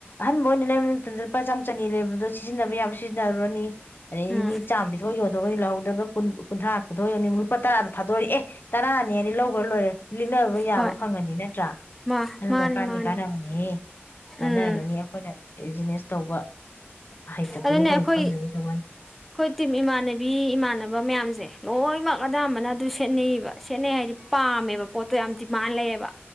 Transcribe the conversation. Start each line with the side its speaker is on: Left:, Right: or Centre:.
Left: ꯑꯟ ꯃꯣꯏ ꯂꯩꯕ ꯃꯇꯝꯗ ꯂꯨꯄꯥ ꯆꯥꯝ ꯆꯅꯤ ꯂꯩꯕ ꯁꯤꯖꯤꯟꯅꯕ ꯌꯥ ꯁꯤꯖꯤꯟꯅꯔꯨꯔꯅꯤ ꯑꯗꯩꯗꯤ
Centre: ꯎꯝ
Left: ꯆꯥꯝ ꯄꯤꯊꯣꯛ ꯌꯣꯟꯊꯣꯛꯑꯅꯤ ꯂꯧꯍꯧꯗꯒ ꯀꯨꯟꯊ꯭ꯔꯥꯊꯣꯛ ꯌ ꯂꯨꯄꯥ ꯇꯔꯥ ꯊꯥꯗꯣꯔꯛ ꯑꯦ ꯇꯔꯥꯅꯤ ꯂꯤꯠꯍꯈ꯭ꯔ ꯂꯣꯏꯔꯦ ꯂꯤꯠꯅꯔꯕ ꯌꯥꯕ
Centre: ꯍꯣꯏ
Left: ꯐꯪꯉꯅꯤ ꯅꯠꯇ꯭ꯔꯥ
Centre: ꯃꯥ
Left: ꯑꯗꯨꯅ
Centre: ꯃꯥꯅꯤ
Left: ꯀꯥꯟ
Centre: ꯃꯥꯅꯤ
Left: ꯀꯥꯟꯅꯕꯅꯤ ꯀꯥꯟꯅꯔꯝꯒꯅꯤ
Centre: ꯎꯝ
Left: ꯑꯩꯈꯣꯏꯅ ꯕꯤꯖꯤꯅꯦꯁ ꯇꯧꯕ ꯍꯩꯇꯕꯒꯤ
Centre: ꯑꯗꯨꯅꯦ
Left: ꯑꯩꯈꯣꯏꯅ
Centre: ꯑꯩꯈꯣꯏ
Left: ꯈꯪꯗꯕꯒꯤ
Centre: ꯑꯩꯈꯣꯏ
Left: ꯇꯧꯕꯅꯤ
Centre: ꯇꯤꯝ ꯏꯃꯥꯟꯅꯕꯤ ꯏꯃꯥꯟꯅꯕ ꯃꯌꯥꯝꯁꯦ ꯂꯣꯏꯅꯃꯛ ꯑꯗꯥꯕꯅ ꯑꯗꯨ ꯁꯦꯠꯅꯩꯑꯕ ꯁꯦꯠꯅꯩ ꯍꯥꯏꯗꯤ ꯄꯥꯝꯃꯦꯕ ꯄꯣꯠꯇꯣ ꯌꯥꯝꯗꯤ ꯃꯥꯂꯦꯕ